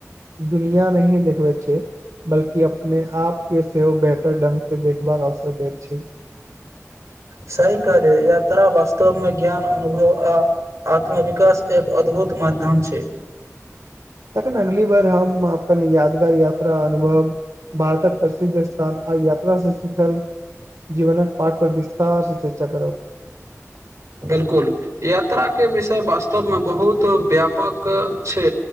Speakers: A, on the right; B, on the right.
A: दुनिया नहि देखबैत छै बल्कि अपने आप के सेहो बेहतर ढंग से देखबाक अवसर दैत छै।
B: सही कार्य यात्रा वास्तवमे ज्ञान अनुभव आ आत्मविकास एक अद्भुत माध्यम छै।
A: तखन अगली बार हम अपन याद यात्रा अनुभव भारतक पर स्थान आइ यात्रा से सिखल जीवनक पाठ पर विस्तार से चर्चा करब
B: बिल्कुल यात्राक के विषय वास्तवमे बहुत व्यापक छै